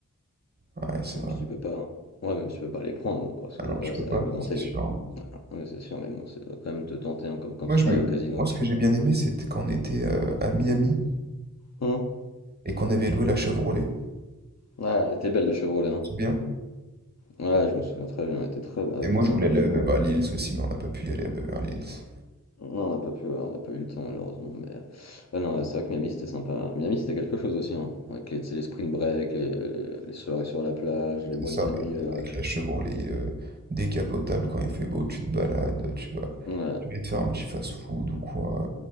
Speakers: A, on the right; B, on the left.
A: Ouais, c'est
B: Même
A: vrai.
B: si tu peux pas. Ouais, même si tu peux pas les prendre, bon, parce
A: Ah
B: que voilà,
A: non, tu peux
B: c'est
A: pas,
B: réglementé.
A: c'est sûr. hein.
B: Voilà. Ouais, c'est sûr, mais bon, ça doit quand même te tenter, hein, comme quand
A: Moi,
B: tu
A: je
B: travailles
A: me...
B: au casino,
A: Moi,
B: tu.
A: ce que j'ai bien aimé, c'était quand on était euh, à Miami
B: Hein
A: et qu'on avait loué la Chevrolet.
B: Ouais, elle était belle la Chevrolet, hein.
A: C'est bien.
B: Ouais, je me souviens très bien, elle était très elle
A: Et moi,
B: était sympa
A: je voulais aller
B: la Chevrolet.
A: à Beverly Hills aussi, mais on n'a pas pu y aller à Beverly Hills.
B: Non, on n'a pas pu, on n'a pas eu le temps malheureusement, mais. Ouais, non, c'est vrai que Miami c'était sympa. Miami c'était quelque chose aussi, hein. Avec les, tu sais, les spring break, les, les soirées sur la plage, les
A: C'est
B: boîtes
A: ça,
B: de
A: mais
B: nuit. euh,
A: avec la Chevrolet euh, décapotable, quand il fait beau, tu te balades, tu vas...
B: Ouais,
A: Tu vas te faire un petit fast-food ou quoi.